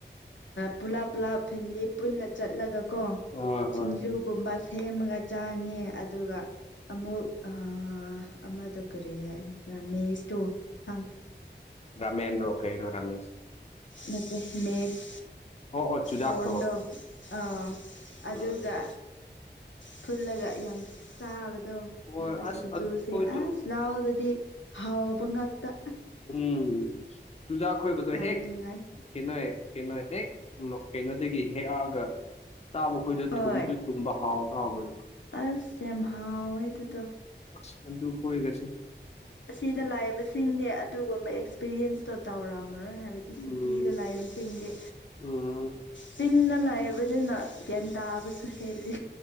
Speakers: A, on the left; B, on the left.
A: ꯄꯨꯂꯞ ꯄꯨꯂꯞ ꯐꯦꯃꯤꯂꯤ ꯄꯨꯟꯅ ꯆꯠꯂꯒ ꯀꯣ
B: ꯍꯣꯏ
A: ꯁꯤꯡꯖꯨ
B: ꯍꯣꯏ
A: ꯒꯨꯝꯕ ꯁꯦꯝꯃꯒ ꯆꯥꯅꯤ ꯑꯗꯨꯒ ꯑꯃꯨꯛ ꯑ ꯑꯃꯗꯣ ꯀꯔꯤ ꯍꯥꯏꯕꯔꯥꯥ ꯃꯦꯁꯇꯣ ꯈꯪ
B: ꯔꯃꯦꯟꯔꯣ ꯀꯩꯅꯣ ꯔꯃꯦꯁ
A: ꯅꯠꯇꯦ ꯃꯦꯁ
B: ꯑꯣ ꯑꯣ ꯆꯨꯖꯥꯛꯇꯣ
A: ꯀꯣꯔꯟꯗꯣ ꯑ
B: ꯎꯝ
A: ꯑꯗꯨꯒ ꯐꯨꯠꯂꯒ ꯌꯥꯝ ꯆꯥꯕꯗꯣ
B: ꯍꯣꯏ
A: ꯑꯗꯨꯒ
B: ꯑꯁ
A: ꯁꯤꯡꯖꯨꯁꯦ
B: ꯑꯗꯨ ꯈꯣꯏꯗꯣ
A: ꯑꯁ ꯂꯥꯎꯗꯗꯤ ꯍꯥꯎꯕ ꯉꯥꯛꯇ
B: ꯎꯝ ꯆꯨꯖꯥꯛ ꯈꯣꯏꯕꯗꯣ
A: ꯌꯥꯝ
B: ꯍꯦꯛ
A: ꯅꯨꯡꯉꯥꯏ
B: ꯀꯩꯅꯣ ꯀꯩꯅꯣ ꯍꯦꯛ ꯀꯩꯅꯣꯗꯒꯤ ꯍꯦꯛꯑꯒ ꯇꯥꯕ ꯈꯣꯏꯗꯣ
A: ꯍꯣꯏ
B: ꯊꯨꯝꯗꯨ ꯕ ꯍꯥꯎꯁꯨ ꯍꯥꯎꯕꯗꯣ
A: ꯑꯁ ꯌꯥꯝ ꯍꯥꯎꯋꯦ ꯑꯗꯨꯗꯣ
B: ꯑꯁ ꯑꯂꯨꯈꯣꯏꯒꯁꯦ
A: ꯑꯁꯤꯗ ꯂꯥꯏꯕꯁꯤꯡꯅꯦ ꯑꯗꯨꯒꯨꯝꯕ ꯑꯦꯛꯁꯄꯤꯔꯤꯌꯦꯟꯁꯇꯣ ꯇꯧꯔꯝꯃꯔꯣꯏ ꯍꯥꯏꯕꯗꯤ
B: ꯎꯝ
A: ꯁꯤꯇꯤꯗ ꯂꯥꯏꯕꯁꯤꯡꯗꯤ
B: ꯎꯝ
A: ꯆꯤꯡꯁ ꯂꯩꯕꯗꯨꯅ ꯒ꯭ꯌꯥꯟ ꯇꯥꯕꯁꯨ ꯍꯦꯜꯂꯤ